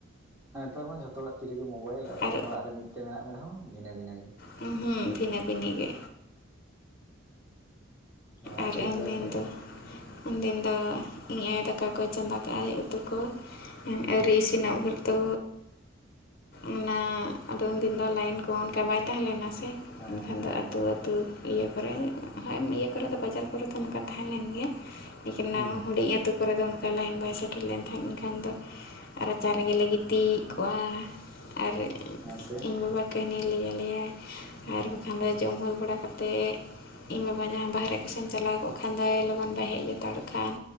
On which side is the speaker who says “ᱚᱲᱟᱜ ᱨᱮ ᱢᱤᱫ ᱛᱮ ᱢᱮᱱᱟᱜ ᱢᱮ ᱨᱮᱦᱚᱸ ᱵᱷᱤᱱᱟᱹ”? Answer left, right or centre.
Right